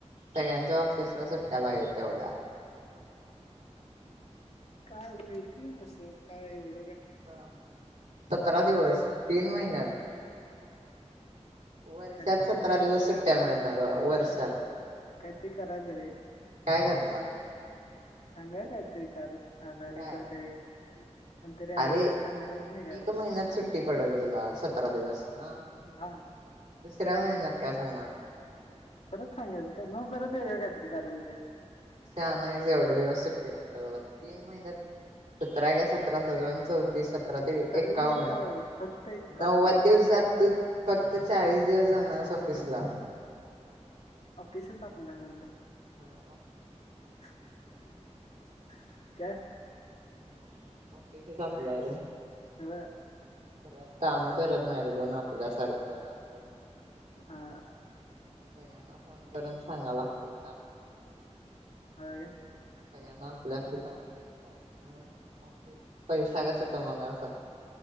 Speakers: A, on the right (about 90°); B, on the left (about 65°).
A: सगळ्यांच्या ऑफिसला सुट्ट्या पाहिजे तेवढ्या
B: काय मिळतील तस काय एवढ
A: ह सतरा दिवस तीन महिन्यात वर्षात
B: काहीतरी करतात
A: सतरा दिवस सुट्ट्या मिळत नाही बाबा वर्षात
B: हम्म, काहीतरी करायचं रे
A: काय करणार
B: मी
A: आता
B: सांगा कायतरी कार आजारी
A: काय
B: कोणतरी पण तरी आजारी
A: अरे
B: सांगायला निघाल
A: एक महिन्यात सुट्टी पडल तुला सतरा दिवस हा
B: हा
A: त्र्या महिन्यात काय सांगणार
B: परत सांगायच का मग परत वेगळ कायतरी कारण देल
A: शानायस एवढ दिवस सुट्टी मिळ - <unintelligible> तीन महिन्यात <unintelligible> सतराण चौतीस सतरा ते वी
B: सकाळी
A: क एकावन्न
B: फक्त एकावन्न
A: नव्वद
B: दिवस
A: दिवसातू फक्त चाळीस दिवस जाणास ऑफिस ला
B: ऑफिसच आपलाय म्हणलं
A: हा <unintelligible>
B: <unintelligible> काय
A: ह् ऑफिसच अप्लाय रे
B: ह
A: खरं, काम करत नाही रे कोण आपल्या सारखं असा विषय
B: हा.
A: सगळ्यांना फोन करून सांगा लागतय.
B: <unintelligible>
A: सगळ्यांना. <unintelligible> ऑफिस पैसा कसा कमवणार सांग.